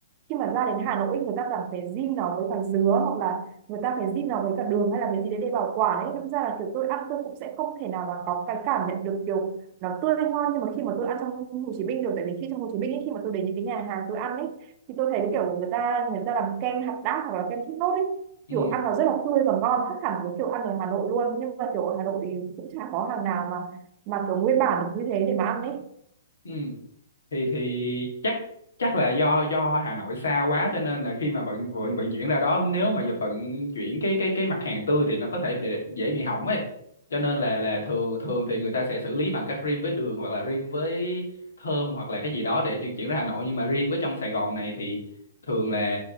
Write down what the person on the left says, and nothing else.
ừ
ừ thì thì chắc chắc là do do Hà Nội xa quá cho nên là khi mà vận vận vận chuyển ra đó nếu mà giờ vận chuyển cái cái cái mặt hàng tươi thì nó có thể bị, dễ bị hỏng ấy cho nên là là thường thường thì người ta sẽ xử lý bằng cách rim với đường hoặc là rim với thơm hoặc là cái gì đó để chuyển chuyển ra Hà Nội nhưng mà riêng với trong Sài Gòn này thì thường là